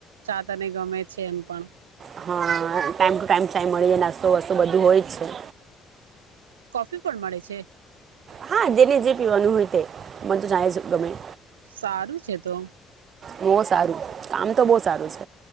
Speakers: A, on the right (about 80°); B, on the right (about 50°).
A: ચા તને ગમે છે એમ પણ.
B: હા ટાઈમ ટુ ટાઈમ ચાય મળી નાસ્તો વસ્તો બધું હોય જ છે.
A: શું પણ મળે છે.
B: હા જેને જે પીવાનું હોય તે. મને તો ચાય જ ગમે
A: સારું છે તો.
B: બો સારું કામ તો બો સારું છે.